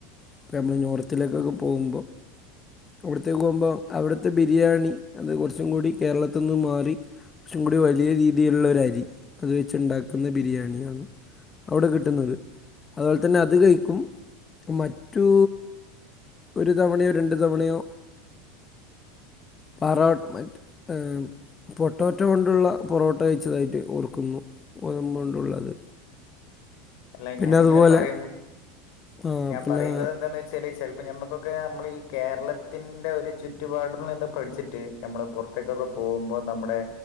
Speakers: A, on the left; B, on the left.
A: ഇപ്പോൾ നമ്മൾ നോർത്തിലേക്കൊക്കെ പോവുമ്പോൾ അവിടുത്തേക്ക് പോകുമ്പോൾ അവിടുത്തെ ബിരിയാണി അത് കുറച്ചും കൂടി കേരളത്ത്ന്ന് മാറി കുറച്ചും കൂടി വലിയ രീതിയിലുള്ള ഒരു അരി അത് വെച്ചുണ്ടാക്കുന്ന ബിരിയാണിയാണ്. അവിടെ കിട്ടുന്നത് അതുപോലെ തന്നെ അത് കഴിക്കും മറ്റ് റ്റു ഒരു തവണയോ രണ്ട് തവണയോ പാറാട്ട് മറ്റ് ഏഹ് പൊട്ടോറ്റൊ കൊണ്ടുള്ള പൊറോട്ട കഴിച്ചതായിട്ട് ഓർക്കുന്നു, ഗോതമ്പു കൊണ്ടുള്ളത്.
B: അല്ല
A: പിന്നെ
B: ഞാനിങ്ങനെ
A: അതുപോലെ
B: പറയുന്നു,
A: ആ
B: ഞാൻ
A: പിന്നെ
B: പറയുന്നത് എന്താന്ന് വെ ചാൽ ചിലപ്പോ ഞമ്മക്കൊക്കെ നമ്മൾ ഈ കേരളത്തിന്റെ ഒരു ചുറ്റുപാടി നിന്ന് പഠിച്ചിട്ട് നമ്മള് പുറത്തേക്കൊക്കെ പോകുമ്പോ നമ്മുടെ